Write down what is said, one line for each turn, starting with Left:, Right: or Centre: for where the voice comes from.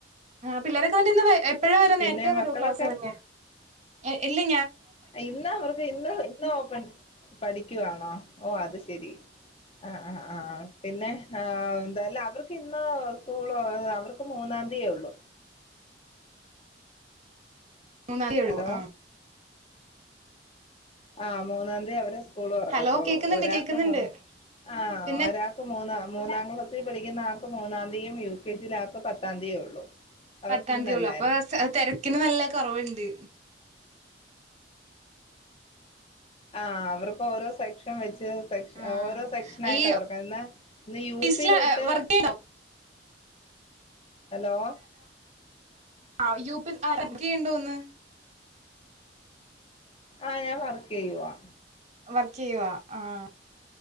Right: ആഹ് പിള്ളേരെക്ക എപ്പോഴാ വരാ
Left: പിന്നെ
Right: നേരത്തെേ വരുവോ
Left: മക്കളൊക്കെ
Right: ക്ലാസ് കഴിഞ്ഞു എ എല്ലി
Left: ഇന്ന് അവർക്ക് ഇന്ന് ഇന്ന് ഓപ്പൺ പഠിക്കുവാ. ആ ഓ അത് ശരി. ആഹ് ആഹ് ആഹ് പിന്നെ ആ എന്തായാലും അവർക്ക് ഇന്ന് സ്കൂള് അവർക്ക് മൂന്നാംതീയെ ഉള്ളൂ.
Right: മൂന്നാംതീയേ ഉള്ളൂ
Left: ഹലോ
Right: ആഹ്
Left: ആ മൂന്നാംതി അവര് സ് സ്കൂൾ തുറക്കത്തോള്ളൂ
Right: ഹലോ കേക്കുന്നുണ്ട്
Left: ഒരാക്ക്
Right: കേക്കുന്നുണ്ട്
Left: മൂ ആ
Right: പിന്നെ
Left: ഒരാക്ക് മൂന്ന് മൂന്നാം ക്ലാസ്സിൽ പഠിക്കുന്ന ആക്ക് മൂന്നാം തീയതിയും യു കെ ജിൽ ആക്ക് പത്താം തീതിയേ ഉള്ളൂ അവർക്ക്
Right: പത്താം
Left: ഇന്നല്ലായിരുന്നു
Right: തീയതി ഉള്ളൂ അപ്പോ സ് തിര തിരക്കിന് നല്ല കുറവുണ്ട്
Left: ആ അവരിപ്പോ ഓരോ സെക്ഷൻ വെച്ച് സെക്ഷ
Right: ആഹ്
Left: ഓരോ സെക്ഷനായിട്ടാ
Right: ഈ
Left: തുറക്കുന്നത് ഇന്ന്
Right: ഓഫീസില്
Left: യു പി തൊട്ട്
Right: വർക്ക് ചെയ്യണ്ടോ
Left: ഹലോ
Right: ആ യു പി ആരൊക്കെയുണ്ടെന്ന്
Left: ആഹ് ഞാൻ വർക്ക് ചെയ്യുവാ
Right: വർക്ക് ചെയ്യുവാ ആഹ്